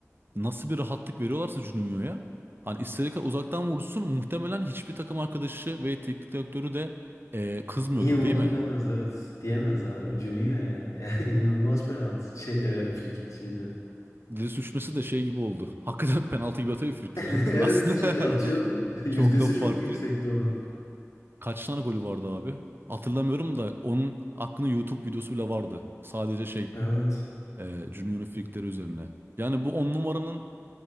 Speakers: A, on the right (about 45°); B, on the left (about 85°).
A: nasıl bir rahatlık veriyorlarsa Juninho'ya hani istediği kadar uzaktan vursun muhtemelen hiçbir takım arkadaşı ve teknik direktörü de e, kızmıyordur
B: Niye vurdun
A: değil mi?
B: demez evet. Diyemez abi. Cüneyt ya. Yani <laughs> inanılmaz penaltı. Şey e, frikikçiydi.
A: Dili sürçmesi de şey gibi oldu. <laughs> Hakikaten penaltı gibi atıyor frikikleri.
B: <laughs> Evet
A: Aslında
B: çünkü atıyordu.
A: <laughs>
B: <laughs> Yüzdesi
A: çok da farklı.
B: çok yüksekti onun.
A: Kaç tane golü vardı abi? Hatırlamıyorum da onun hakkında YouTube videosu bile vardı. Sadece şey
B: Evet.
A: e, Juninho'nun frikikleri üzerine. Yani bu on numaranın